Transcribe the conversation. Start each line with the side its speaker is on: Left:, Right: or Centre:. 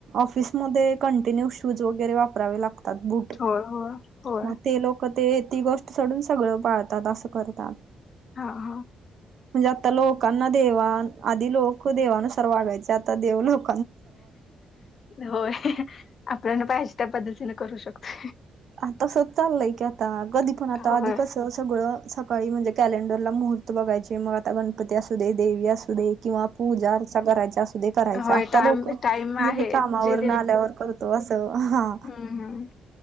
Right: ऑफिसमध्ये‌ कंटिन्यू शूज वगैरे वापरावे लागतात बुट.
Left: होय होय. होय
Right: मग ते लोकं ते ती गोष्ट सोडून, सगळं पाळतात असं करतात.
Left: हा हा.
Right: म्हणजे आता लोकांना देवा आधी लोक देवानुसार वागायचे. आता देव लोक
Left: होय आपल्याला पाहिजे त्या, पद्धतीने करू शकतोय.
Right: आता तसंच चालय की आता, कधी पण आता
Left: होय.
Right: आधी कसं तर सगळं सकाळी म्हणजे कॅलेंडरला मुहूर्त बघायचे, मग आता गणपती असू दे देवी असू दे. किंवा पूजा आरचा करायची असुदे. करायच.
Left: होय
Right: आता
Left: टाम
Right: लोकं म्हणजे,
Left: टाइम आहे
Right: मी कामावरन
Left: जे
Right: आल्यावर करतो असं हां.
Left: हम हम,